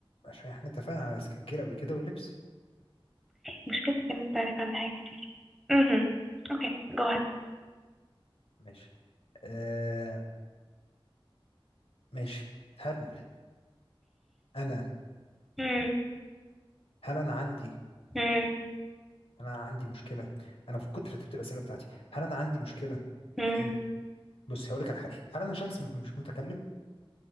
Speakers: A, on the left (about 80°); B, in the centre.
A: عشان احنا اتفقنا على سكين كير قبل كده واللبس
B: مشكلتك ان انت عارف عنها حاجات كتير امم اوكي جو هاد.
A: ماشي آه ماشي هل انا
B: مم.
A: هل انا عندي
B: مم.
A: انا عندي مشكلة انا في كتر رتبت الأسئلة بتاعتي هل انا عندي مشكلة
B: مم.
A: <clears throat> بص هقول لك على حاجة هل انا شخص مت- مش متكلم